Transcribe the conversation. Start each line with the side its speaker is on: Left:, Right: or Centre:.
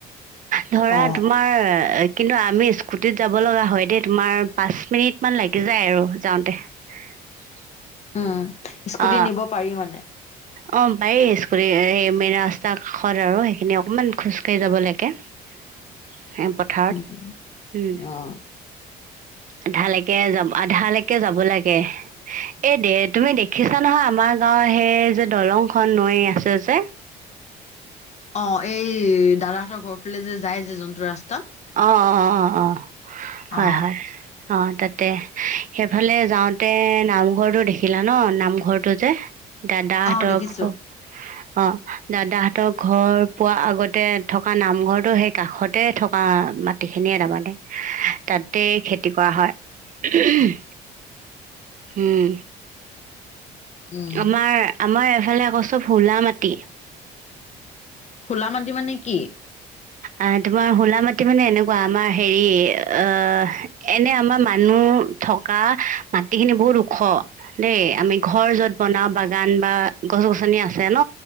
Right: ধৰা
Left: অ
Right: তোমাৰ কিন্তু আমি স্কুটিত যাব লগা হয় দেই তোমাৰ পাঁচ মিনিট মান লাগি যায় আৰু যাওঁতে। <unintelligible>
Left: উম, স্কুটি
Right: অ
Left: নিব পাৰি মানে।
Right: অ' পাৰি স্কুটিত, মেইন ৰাস্তাৰ কাষত আৰু সেইখিনি অকমান খোজ কাঢ়ি যাব লাগে। <unintelligible> পঠাৰত,
Left: উম
Right: উম।
Left: অ
Right: আধালৈকে যাব আধালৈকে যাব লাগে এই দে তুমি দেখিছা নহয়, আমাৰ গাঁওত অ', সেই যে দলংখন নৈ আছে যে।
Left: অ', এই দাদাহঁতৰ ঘৰ ফালে যে যায় যে যোনটো ৰাস্তা।
Right: অ, অ- অ- অ হয়-
Left: অ
Right: হয় অ'। তাতে সেইফালে যাওঁতে নামঘৰটো দেখিলা ন, নামঘৰটো যে। দাদাহতৰ
Left: অ দেখিছো
Right: ঘ অ' দাদাহঁতৰ ঘৰ পোৱা আগতে থকা নামঘৰটো সেই কাষতে থকা থকা মাটি খিনিয়ে নামাতে তাতে খেতি কৰা হয়। <unintelligible> হম।
Left: উম
Right: আমাৰ- আমাৰ এফালে আকৌ চব হোলা মাটি।
Left: খোলা মাাটি মানে কি?
Right: অ' তোমাৰ হোলা মাটি মানে এনেকুৱা, আমাৰ হেৰি অ' এনে আমাৰ মানুহ উম থকা মাটিখিনি বহুত ওখ দেই, আমি ঘৰ য'ত বনাওঁ বাগান বা গছ - গছনি আছে ন